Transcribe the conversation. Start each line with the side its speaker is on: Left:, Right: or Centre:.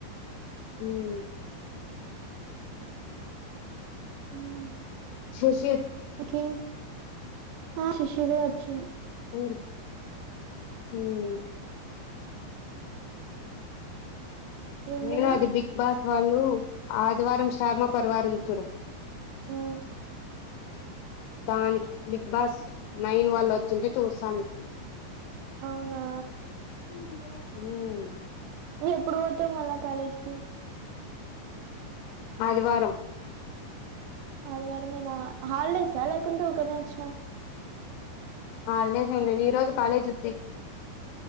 Left: మ్మ్
Right: మ్మ్
Left: శశి
Right: ఓకే ఆ శిశు కూడ వచ్చింది
Left: మ్మ్
Right: ఏం
Left: నేను
Right: తిన్నా
Left: అది బిగ్ బాస్ వాళ్ళు ఆదివారం స్టార్మ పరివార్ ఉంది చూడు
Right: మ్మ్
Left: దానికి బిగ్ బాస్ నైన్ వాళ్ళు వచ్చింటే చూశాను
Right: అవునా
Left: మ్మ్
Right: ఎప్పుడు పోతావు మళ్ళ కాలేజ్కి
Left: ఆదివారం
Right: ఆదివారమేనా హాలిడేసా లేకుంటే ఊకనే వచ్చినా
Left: హాలిడేస్ ఏం లేదు ఈ రోజు కాలేజ్ ఉద్ది